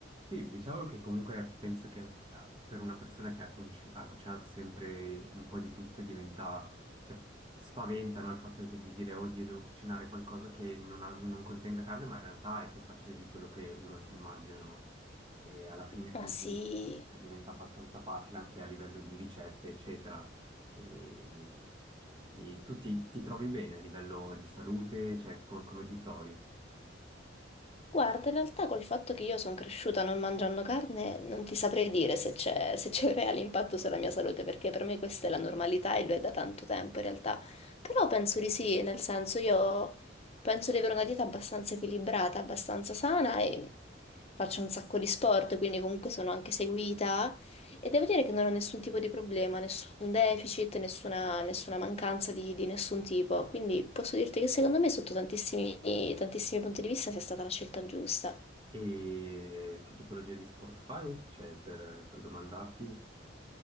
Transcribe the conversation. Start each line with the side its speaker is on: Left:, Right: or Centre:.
Right: Sì, diciamo che comunque penso che eh, per una persona che ha, conci- ha cucinato sempre un po' di tutto diventa, cioè, spaventa, no, Il fatto che- di dire, oddio, devo cucinare qualcosa che non, ha- non contenga carne, ma in realtà è più facile di quello che uno si immagina, no? E alla fine quindi
Left: Ma sì.
Right: diventa abbastanza facile anche a livello di ricette, eccetera. E, e tu ti, ti trovi bene a livello di salute? Cioè, co- come ti trovi?
Left: Guarda, in realtà col fatto che io sono cresciuta non mangiando carne, non ti saprei dire se c'è se c'è un reale impatto sulla mia salute, perché per me questa è la normalità e lo è da tanto tempo in realtà. Però penso di sì, nel senso io penso di avere una dieta abbastanza equilibrata, abbastanza sana e faccio un sacco di sport, quindi comunque sono anche seguita e devo dire che non ho nessun tipo di problema, nessun deficit, nessuna, nessuna mancanza di, di nessun tipo, quindi posso dirti che secondo me sotto tantissimi, tantissimi punti di vista sia stata la scelta giusta.
Right: E che tipologia di sport fai? Cioè, per, per domandarti.